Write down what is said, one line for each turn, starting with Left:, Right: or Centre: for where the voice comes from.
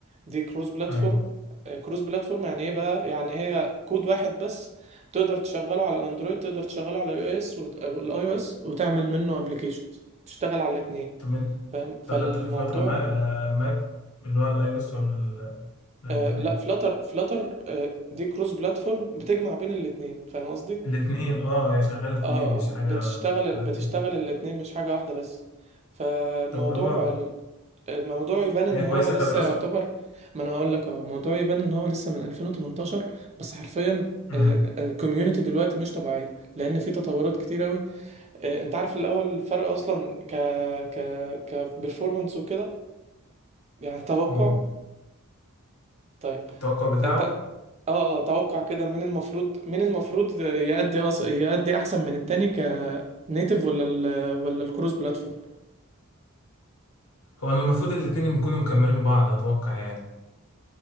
Right: دي كروس بلاتفورم
Left: ايوه
Right: آه، كروس بلاتفورم يعني ايه بقى يعني هي كود واحد بس تقدر تشغله على الاندرويد تقدر تشغله على الاي او اس والاي او اس وتعمل منه ابلكيشنز تشتغل على الاثنين
Left: طب انت
Right: فاهم فالموضوع
Left: اخدت في فلاتر ماك, ماك اللي هو الاي او اس ولا ال- الاندرويد
Right: آه لا فلاتر فلاتر آه دي كروس بلاتفورم بتجمع بين الاثنين فاهم قصدي
Left: الاثنين اه هي شغاله اثنين
Right: اه
Left: مش
Right: آه،
Left: حاجه
Right: بتشتغل
Left: مفردة
Right: بتشتغل
Left: فيهم
Right: الاثنين مش حاجة واحدة بس فالموضوع
Left: طب هو
Right: الموضوع يبان ان
Left: هي كويسه
Right: هو لسه
Left: كدراسه
Right: يعتبر ما انا هقول لك اه الموضوع يبان ان هو لسه من 2018 بس حرفيا
Left: امم
Right: الكوميونتي دلوقتي مش طبيعيه لان في تطورات كتير قوي انت عارف الاول الفرق اصلا ك ك كبرفورمانس وكده يعني توقع
Left: هو
Right: طيب
Left: التوقع بتاعه
Right: انت اه اه توقع كده مين المفروض مين المفروض يأدي أص... يأدي احسن من التاني كنيتف ولا ال... ولا الكروس بلاتفورم
Left: هو أنا المفروض الاثنين يكونوا مكملين بعض اتوقع يعني